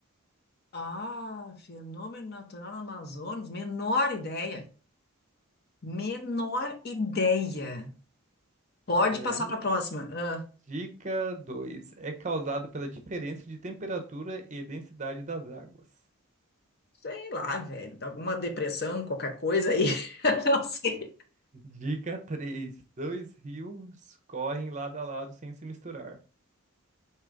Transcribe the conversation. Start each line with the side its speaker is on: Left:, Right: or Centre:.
Left: Ah, fenômeno natural no Amazonas. Menor ideia. Menor ideia. Pode
Right: É,
Left: passar para a próxima. Ah.
Right: Dica 2, É causado pela diferença de temperatura e densidade das águas.
Left: Sei lá, velho, alguma depressão, qualquer coisa aí. <laughs> Não sei.
Right: Dica 3: Dois rios correm lado a lado sem se misturar.